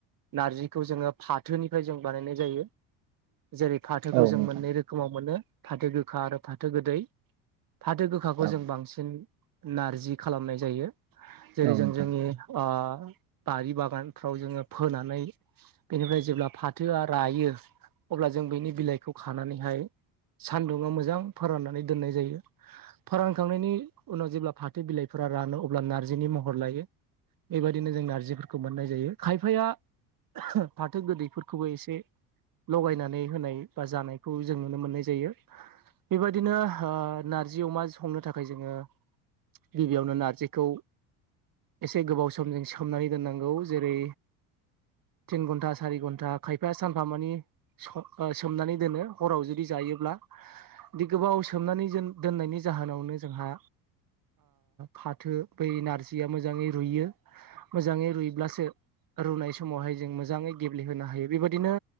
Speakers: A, on the right; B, on the right.
A: नारजिखौ जोङो फाथोनिफ्राय जों बानायनाय जायो। जेरै फाथोखौ
B: औ
A: जों
B: नोंथां
A: मोननै रोखोमाव मोनो फाथो गोखा आरो फाथो गोदै। फाथो गोखाखौ
B: औ
A: जों बांसिन नारजि खालामनाय जायो।
B: औ
A: जेरै जों
B: नोंथां
A: जोंनि ओ बारि बागानफ्राव जोङो फोनानै बेनिफ्राय जों जेब्ला फाथो आरो रायो अब्ला जों बेनि बिलाइखौ खानानैहाय सान्दुङा मोजां फोराननानै दोननाय जायो। फोरानखांनायनि उनाव जेब्ला फाथो बिलाइफोरा रानो अब्ला नार्जिनि महर लायो। बेबायदिनो जों नारजिफोरखौ मोननाय जायो खायफाया - फाथो गोदैफोरखौबो एसे लगायनानै होनाय बा जानायखौ जों नुनो मोननाय जायो। बेबायदिनो नारज जि अमा संनो थाखाय जोङो गिबियावनो नारजिखौ एसे गोबाव समजों सोमनानै दोननांगौ जेरै। तिन घन्टा सारि घन्टा खायफा सानफा मानि सोमनानै दोनो हराव जु जायोब्ला बि गोबाव सोमनानै दोननायनि जाहोनावनो जोंहा। फाथो बै नारजिया मोजाङै रुइयो मोजाङै रुइब्लासो। रुनाय समावहाय जों मोजाङै गेब्लेहोनो हायो बेबायदिनो